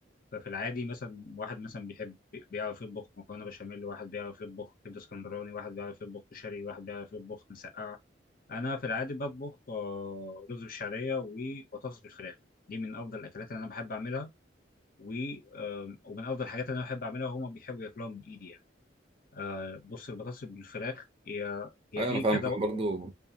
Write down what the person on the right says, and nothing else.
ايوه
انا فاهمك
أنا برضو